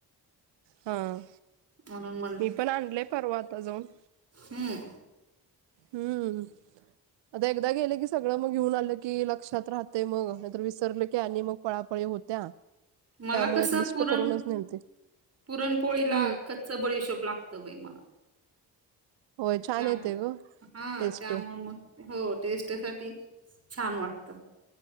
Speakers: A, on the right; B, on the right.
A: हां,
B: म्हणून
A: मी पण आणलंय परवा आता जावून-
B: हूं.
A: हूं... आता एकदा गेले की सगळं मग घेऊन आलं की लक्षात राहते मग नाहीतर विसरलं की आणि मग पळापळी होत्या.
B: मला
A: त्यामुळे
B: कस
A: एक लिस्ट
B: पुरण
A: करूनच नेलते
B: पुरणपोळीला
A: हम्म
B: च बडीशोप लागतं बाई मला.
A: होय छान
B: त्यामूळ
A: येते ग
B: हा
A: टेस्ट
B: त्यामूळ मग हो टेस्टसाठी छान वाटत.